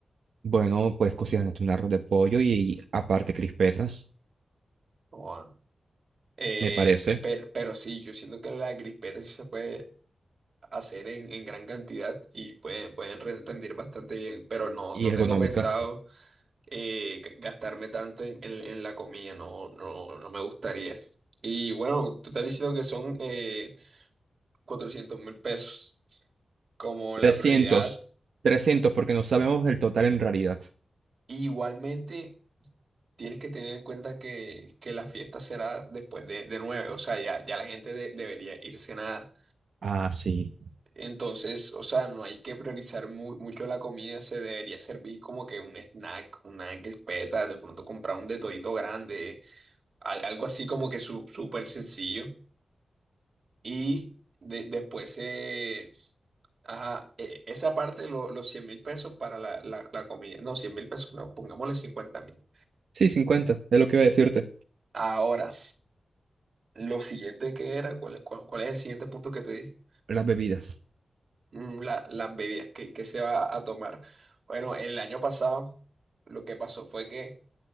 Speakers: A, on the right; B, on the right.
A: Bueno, pues cocinaste un arroz de pollo y aparte crispetas,
B: Joda. Eh,
A: me parece,
B: pero, pero sí, yo siento que la crispeta sí se puede hacer en, en gran cantidad y pueden, pueden re- rendir bastante bien, pero no,
A: y
B: no
A: es
B: tengo
A: económica.
B: pensado. eh, g- gastarme tanto en, en- en la comida, no, no, no me gustaría. Y bueno, tú estás diciendo que son eh, 400 mil pesos como
A: 300
B: la prioridad.
A: 300 porque no sabemos el total en realidad.
B: Igualmente, tienes que tener en cuenta que, que la fiesta será después de, de nueve o sea, ya, ya la gente de- debería ir cenada.
A: Ah, sí.
B: Entonces, o sea, no hay que priorizar mu- mucho la comida, se debería servir como que un snack, una crispeta, de pronto comprar un de todito grande, al- algo así como que su- súper sencillo. Y de- después, eh, ajá, e- esa parte, lo- los cien mil pesos para la, la- la comida. No, cien mil pesos, no, pongámosle cincuenta mil.
A: Sí, 50 es lo que iba a decirte.
B: Ahora, lo siguiente que era, ¿cuál, cuál- cuál es el siguiente punto que te di?
A: Las bebidas.
B: Mm, la- las bebidas, ¿qué, qué se va a tomar? Bueno, el año pasado lo que pasó fue que